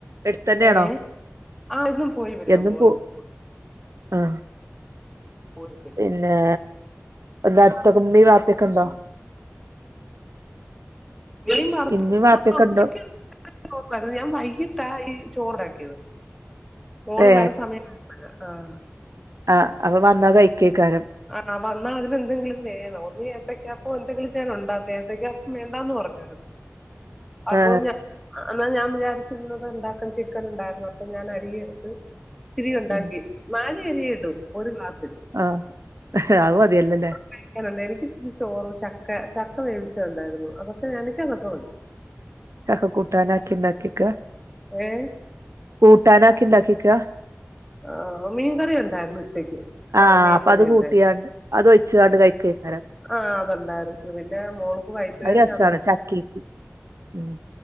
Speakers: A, on the right; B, in the centre.
A: എടുത്ത ന്നെയാണോ
B: ഏ ആ ഇന്നും പോയി വരുവാ
A: എന്നും
B: മോളിന്നും
A: പോ
B: പോയി.
A: ആഹ്
B: പ <unintelligible>
A: പിന്നെ എന്താ അടുത്തൊക്കെ ഉമ്മേം വാപ്പയൊക്കെ ഉണ്ടോ
B: മീൻ വറുത്തത്
A: ഇമ്മീം വാപ്പയൊക്കെ ഉണ്ടോ
B: <unintelligible> ചോറാരുന്നു ഞാൻ വൈകിട്ടാ ഈ ചോറാക്കിയത് മോള്
A: ഏ
B: വരുന്ന സമയ- ആഹ്
A: ആഹ് അപ്പൊ വന്നാ കഴിക്കേ <unintelligible> ക്കാരും
B: ആഹ് വന്നാ അതിനെന്തെങ്കിലും വേണം ഒന്നി ഏത്തയ്ക്കപ്പവോ എന്തേങ്കിലും ഞാൻ ഉണ്ടാക്കും ഏത്തക്കപ്പം വേണ്ടന്ന് പറഞ് അപ്പൊ
A: ആ
B: ഞാ- എന്നാ ഞാൻ വിചാരിച്ചിന്നിത് ഉണ്ടാക്ക ചിക്കൻ ഉണ്ടായിരുന്നു അപ്പൊ ഞാൻ അരിയെടുത്തു - ഇച്ചിരി ഒണ്ടാക്കി
A: ഉം
B: നാഴി അരിയെയിടു ഒരു ഗ്ലാസ് അരി
A: ആഹ് ആത് മതിയല്ലോയില്ലേ
B: കഴിക്കാനുണ്ട് എനിക്ക് ഇച്ചിരി ചോറും ചക്ക ചക്ക വേവിച്ച ഉണ്ടായിരുന്നു അതൊക്കെ എനിക്കതൊക്കെ മതി
A: ചക്കക്കൂട്ടാൻ ആക്കി ഉണ്ടാക്കി വെക്കുക
B: ഏ
A: കൂട്ടാനാക്കി ഇണ്ടാക്കിക്ക?
B: ഉം <inaudible> ആഹ് മീൻകറി ഒണ്ടായിരുന്നു ഉച്ചക്ക്
A: ആ
B: ആഹ് മീൻകറി
A: അപ്പൊ അത്
B: ഒണ്ടായിരുന്നു
A: കൂട്ടിയാണ്ട് അത് ഒഴിച്ചാണ്ട് കഴിക്കേക്കാരം
B: ആഹ് അത് ഒണ്ടായിരുന്നു പിന്നെ മോൾക്ക് വയറ്റ്
A: അത്
B: വേദനയാന്ന്
A: രസാണ്
B: പറഞ്ഞു-
A: ചക്കേക്ക് ഉം